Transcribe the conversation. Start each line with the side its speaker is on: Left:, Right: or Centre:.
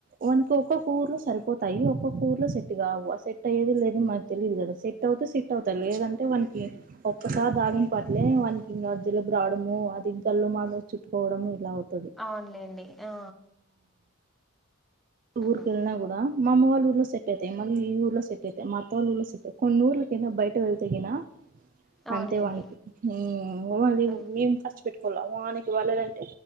Right: వానికి ఒక్కొక్క ఊర్లో సరిపోత్ తాయి ఒక్కఊరిలో సెట్ కావు ఆ సెట్ అయ్యేది లేనిది మనకు తెలియదు కదా సెట్ అవుతే సెట్ అవుతాయి లేదంటే వాన్ నికి ఒక్కసారి తాగిన పట్లే వాకి ఇంగ జలుబురాడము అది గల్లు మాది చుట్ కోవడం ఇలా అవుతది
Centre: అవునులేండి ఆ
Right: ఊరికేళ్ళినా
Centre: హ్మ్.
Right: కూడా మా అమ్మ వాళ్ళు ఊర్లో సెట్ అయితయి మళ్ళి ఈ ఊర్లో సెట్ అయితయి మ అత్తయ్య వాళ్ళ ఊర్లో సెటై కొన్ని ఊర్ల కిన బయట వెల్తేగినా
Centre: అవునులేండి
Right: అంతే వానికి మ్ వాళ్ళు
Centre: హ్మ్.
Right: మేము ఖర్చు పెట్టు కోలా వానకి బలేదంటే